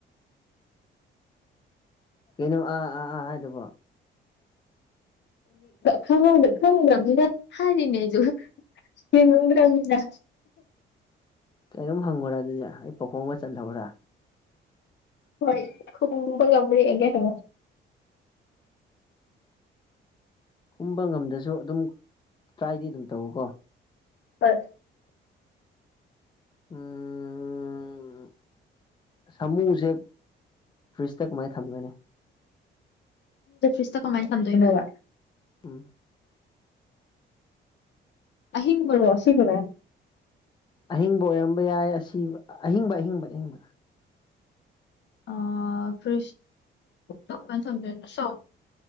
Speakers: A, on the left (about 25°); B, on the left (about 65°).
A: ꯀꯩꯅꯣ ꯑ ꯑꯥ ꯑꯥ ꯍꯥꯏꯗꯤ ꯄꯣ
B: ꯈꯪ ꯍꯥꯏꯅꯤꯅꯦꯁꯨ ꯌꯦ ꯉ꯭ꯔꯗ
A: ꯀꯣꯝ ꯍꯪꯕ꯭ꯔꯥ ꯑꯗꯨꯗꯤ ꯑꯩ ꯄꯥꯈꯣꯡ ꯑꯃ ꯆꯜꯍꯧ꯭ꯔꯥ
B: ꯍꯣꯏ ꯈꯕ ꯉꯝꯝꯕꯔꯤꯒꯦ ꯍꯥꯏꯕ
A: ꯍꯨꯝꯕ ꯉꯝꯗꯁꯨ ꯑꯗꯨꯝ ꯇ꯭ꯔꯥꯏꯗꯤ ꯑꯗꯨꯝ ꯇꯧꯋꯀꯣ
B: ꯍꯠ
A: ꯎꯝ ꯁꯥꯃꯨꯁꯦ ꯐꯨꯔꯤꯁꯇ ꯀꯃꯥꯏꯅ ꯊꯝꯒꯅꯤ
B: ꯁꯇ ꯀꯃꯥꯏꯅ ꯊꯝꯗꯣꯏꯅꯕ
A: ꯑꯥ
B: ꯑꯍꯤꯡ ꯃꯔꯔꯣ ꯁꯤꯒ꯭ꯔꯦ
A: ꯑꯍꯤꯡꯕ ꯑꯣꯏꯔꯝꯕ ꯌꯥꯏ ꯑꯁꯤ ꯑꯍꯤꯡꯕ ꯑꯍꯤꯡꯕ ꯑꯍꯤꯡꯕ
B: ꯑ ꯐ ꯊꯣꯛ ꯊꯖ ꯁꯣ